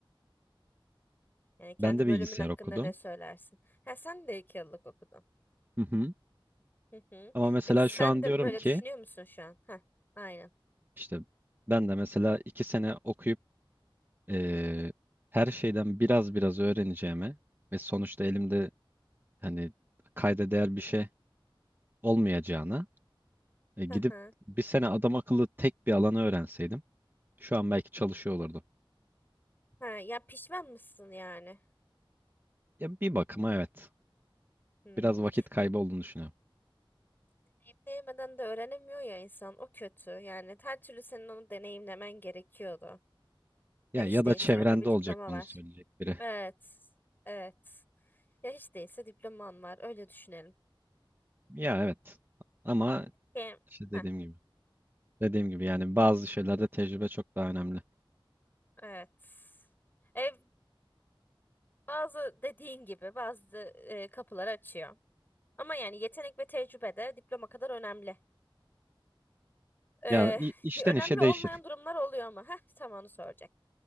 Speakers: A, on the left (about 20°); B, on the right (about 25°).
A: Yani kendi
B: Ben de
A: bölümün
B: bilgisayar
A: hakkında
B: okudum.
A: ne söylersin? Ha sen de iki yıllık okudun.
B: Hı hı.
A: Hı hı.
B: Ama mesela
A: Peki sen
B: şu an
A: de
B: diyorum
A: böyle
B: ki
A: düşünüyor musun şu an? Ha, aynen.
B: işte ben de mesela iki sene okuyup eee, her şeyden biraz biraz öğreneceğime ve sonuçta elimde hani kayda değer bir şey olmayacağına E, gidip
A: Hı hı.
B: bir sene adam akıllı tek bir alanı öğrenseydim şu an belki çalışıyor olurdum.
A: Ha, ya pişman mısın yani?
B: Ya bir bakıma evet.
A: Hmm.
B: Biraz vakit kaybı olduğunu düşünüyorum.
A: Deneyimleyemeden de öğrenemiyor ya insan. O kötü. Yani her türlü senin onu deneyimlemen gerekiyordu.
B: Ya
A: Ya hiç
B: ya
A: değilse
B: da çevrende
A: elinde bir diploma
B: olacak bunu
A: var.
B: söyleyecek biri.
A: Evet. Evet. Ya hiç değilse diploman var. Öyle düşünelim.
B: Ya evet. Ama
A: Hem-
B: işte dediğim
A: Heh,
B: gibi. Dediğim gibi yani bazı şeylerde tecrübe çok daha önemli.
A: evet. E, bazı dediğin gibi bazı e, kapılar açıyor. Ama yani yetenek ve tecrübe de diploma kadar önemli. E,
B: Ya i- işten
A: <laughs> önemli
B: işe değişir.
A: olmayan durumlar oluyor ama. Heh, tam onu soracak.